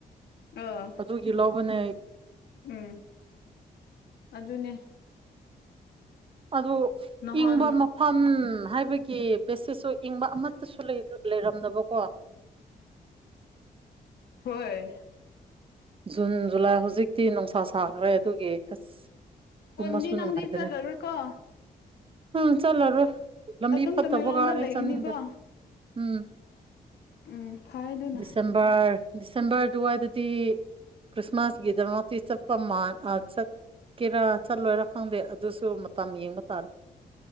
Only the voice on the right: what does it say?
ꯑꯗꯨꯒꯤ ꯂꯧꯕꯅꯦ
ꯑꯗꯣ
ꯏꯪꯕ ꯃꯐꯝ ꯍꯥꯏꯕꯒꯤ ꯕꯦꯁꯤꯁꯁꯨ ꯏꯪꯕ ꯑꯃꯠꯇꯁꯨ ꯂꯩꯔꯝꯗꯕꯀꯣ ꯎꯝ
ꯖꯨꯟ ꯖꯨꯂꯥꯏ ꯍꯧꯖꯤꯛꯇꯤ ꯅꯨꯡꯁꯥ ꯁꯥꯈ꯭ꯔꯦ ꯑꯗꯨꯒꯤ ꯑꯁ
ꯇꯨꯝꯃꯁꯨ
ꯅꯨꯡꯉꯥꯏꯇ꯭ꯔꯦ
ꯎꯝ ꯆꯠꯂꯔꯣꯏ ꯂꯝꯕꯤ
ꯐꯠꯇꯕꯒ
ꯑꯩ
ꯆꯠꯅꯤꯡꯗꯔꯦ ꯎꯝ
ꯗꯤꯁꯦꯝꯕꯔ ꯗꯤꯁꯦꯝꯕꯔ ꯑꯗꯨꯋꯥꯏꯗꯗꯤ ꯈ꯭ꯔꯤꯁꯃꯥꯁꯀꯤꯗꯃꯣꯇ ꯆꯠꯄ ꯆꯠꯀꯦꯔꯥ ꯆꯠꯂꯣꯏꯔꯥ ꯈꯪꯗꯦ ꯑꯗꯨꯁꯨ ꯃꯇꯝ ꯌꯦꯡꯕ ꯇꯥꯔꯦ